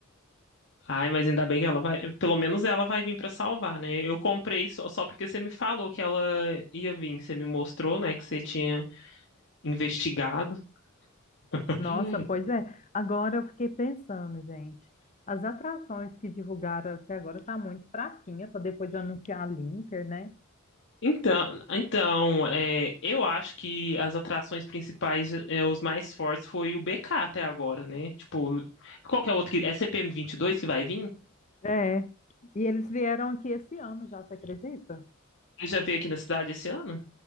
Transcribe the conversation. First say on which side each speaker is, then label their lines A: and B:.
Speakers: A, on the left (about 60°); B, on the left (about 35°).
A: Ai, mas ainda bem que ela vai, pelo menos ela vai vir pra salvar, né? Eu comprei só, só porque você me falou que ela ia vir, você me mostrou, né, que você tinha investigado. <laughs>
B: Nossa, pois é. Agora eu fiquei pensando, gente. As atrações que divulgaram até agora tá muito fraquinha para depois anunciar a Linker, né?
A: Então, então é, eu acho que as atrações principais, é, os mais fortes, foi o BK até agora, né? Tipo, qual que é o outro que. É C P M vinte e dois que vai vir?
B: É. E eles vieram aqui esse ano já, você acredita?
A: Ele já veio aqui na cidade esse ano?